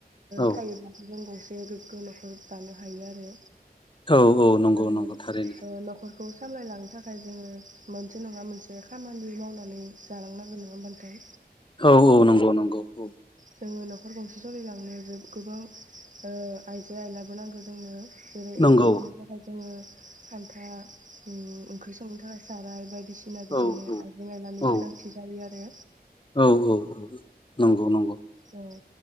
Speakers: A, on the left (about 30°); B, on the right (about 50°).
A: औ
B: थायोब्लासो जों गंसे गोग्गो न'खर दानो हायो आरो
A: औ औ नंगौ
B: आरो
A: नंगौ थारैनो
B: ओ न'खरखौ सामलायलांनो थाखाय जोङो मोनसे नङा मोनसे खामानि मावनानै जालांनांगोन नोङा होमबा नोंथां।
A: औ औ नंगौ नंगौ औ
B: जोङो न'खर गंसे सलिलांनो गोबां आइजो आयलाबो नांगौ जोंनो जेरै
A: नंगौ
B: ओंखाम संनो थाखाय जोङो खान्था ओंख्रि संनो थाखाय साराय बायदि बायदिसिना
A: औ
B: बिदिनो
A: औ
B: आइजें आयलानि
A: औ
B: गोनांथि जायो आरो।
A: औ औ औ नंगौ नंगौ
B: औ